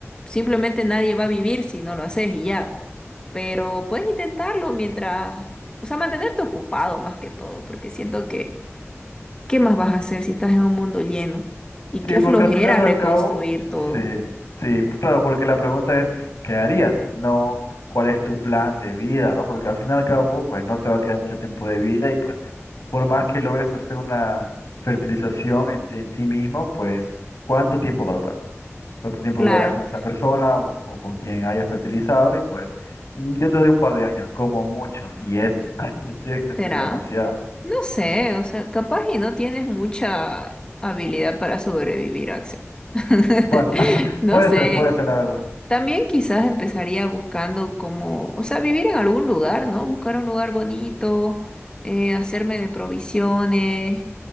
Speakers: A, on the left; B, on the left.
A: Simplemente nadie va a vivir si no lo haces y ya. Pero puedes intentarlo mientras, o sea, mantenerte ocupado más que todo, porque siento que, ¿qué más vas a hacer si estás en un mundo lleno? Y
B: Sí,
A: qué
B: porque
A: flojera
B: al final al
A: reconstruir
B: cabo,
A: todo.
B: sí, sí, p- claro, porque la pregunta es, ¿qué harías? No, ¿cuál es tu plan de vida, no? Porque al final al cabo, pues no te va a quedar mucho tiempo de vida y pues por más que logres hacer una fertilización en, ti en ti mismo, pues ¿cuánto tiempo va a durar? cuánto tiempo
A: Claro,
B: durarás con esa persona o, o con quien hayas fertilizado y pues mm, yo te doy un par de años, como mucho, y eso, <laughs> me estoy extendiendo
A: será.
B: demasiado.
A: No sé, o sea, capaz y no tienes mucha habilidad para sobrevivir, Axel. <laughs>
B: Bueno, <laughs>
A: No
B: puede
A: sé.
B: ser, puede ser la verdad.
A: También quizás empezaría buscando como, o sea, vivir en algún lugar, ¿no? Buscar un lugar bonito, eh, hacerme de provisiones,